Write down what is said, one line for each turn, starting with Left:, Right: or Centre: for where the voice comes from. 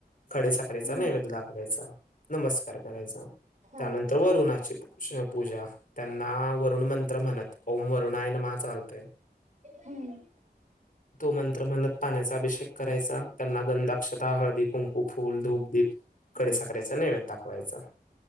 Left: खडीसाखरेचा
Right: हम्म
Left: नेवेद्य दाखवायचा. नमस्कार करायचा.
Right: हा
Left: त्यानंतर वरुणाची पू श पूजा त्यांना वरुण मंत्र म्हणत, ओम वरुणाय नमः चालतय.
Right: हम्म
Left: तो मंत्र मणत पाण्याचा अभिषेक करायचा. त्यांना गंधाक्षता हळदी कुं फूल, धूप, दीप, खडी
Right: हा
Left: साखऱ्याचा नैवद दाखवायचा.